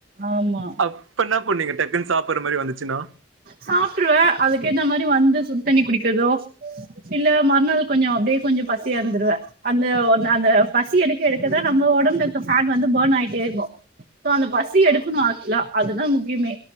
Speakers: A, on the right; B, on the right.
A: ஆமா
B: அப் இப்ப என்ன பண்ணீங்க டக்குனு சாப்பாற மாதிரி வந்துச்சுன்னா
A: சாப்ட்ருவ அதுக்கேத்தா மாதிரி வந்து சுடு தண்ணி குடிக்கிறதோ இல்ல மறுநாள் கொஞ்சோ அப்டியே கொஞ்சோ பசியாந்துடுவ அந்த அந்த பசி எடுக்க எடுக்கதா நம்ம ஒடம்புல ருக்க ஃபேட் வந்து பேர்ன் ஆயிட்டே ருக்கும் சோ அந்த பசி எடுக்கணு ஆக்சுவலா அதுதா முக்கியமே